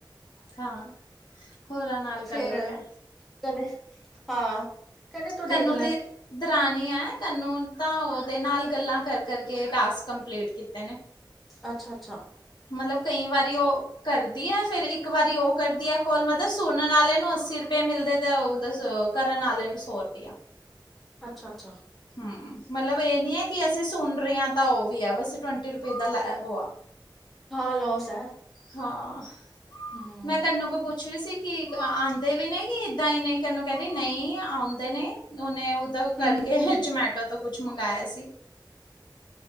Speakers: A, on the left; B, in the centre.
A: ਹਾਂ। ਹੋਰਾਂ ਨਾਲ
B: ਫੇਰ,
A: ਕਰ ਲੋ ਕਿਆ
B: ਕਨੇ, ਹਾਂ। ਕਹਿੰਦੇ ਤੂੰ
A: ਕੰਨੂੰ
B: ਦੇਖ ਲੈ
A: ਦੀ, ਦਰਾਨੀ ਐ ਕੰਨੂੰ ਤਾਂ ਉਹਦੇ ਨਾਲ ਗੱਲਾਂ ਕਰ ਕਰਕੇ ਟਾਸਕ ਕੰਪਲੀਟ ਕੀਤੇ ਨੇ।
B: ਅੱਛਾ-ਅੱਛਾ।
A: ਮਤਲਬ ਕਈ ਵਾਰੀ ਉਹ ਕਰਦੀ ਏ ਫੇਰ ਇੱਕ ਵਾਰੀ ਉਹ ਕਰਦੀ ਏ ਕੋਲ ਮਤਲਬ ਸੁਣਨ ਆਲੇ ਨੂੰ ਅੱਸੀ ਰੁਪਏ ਮਿਲਦੇ ਤਾਂ ਉਹ ਦੱਸੋ। ਕਰਨ ਆਲੇ ਨੂੰ ਸੌ ਰੁਪਇਆ।
B: ਅੱਛਾ-ਅੱਛਾ।
A: ਹੂੰ ਮਤਲਬ ਏ ਨੀ ਹੈ ਕਿ ਅਸੀਂ ਸੁਣ ਰਹੇ ਆ ਤਾਂ ਉਹ ਵੀ ਆ ਬਸ ਟਵੰਟੀ ਰੁਪਏ ਦਾ ਲੈ ਉਹ ਆ।
B: ਹਾਂ ਲੋਸ ਏ।
A: ਹਾਂ।
B: ਹੂੰ
A: ਮੈਂ ਕਨੂੰ ਕੋਲ ਪੁੱਛ ਰਹੀ ਸੀ ਕਿ ਆਂਦੇ ਵੀ ਨੇ ਕਿ ਇੱਦਾਂ ਹੀ ਨੇ ਕਨੂੰ ਕਹਿਦੀ ਨਹੀਂ ਆਉਂਦੇ ਨੇ। ਉਹਨੇ ਉਹਦਾ ਕਰਕੇ
B: ਹਮ
A: ਜਮੈਟੋ ਤੋਂ ਕੁਝ ਮੰਗਇਆ ਸੀ।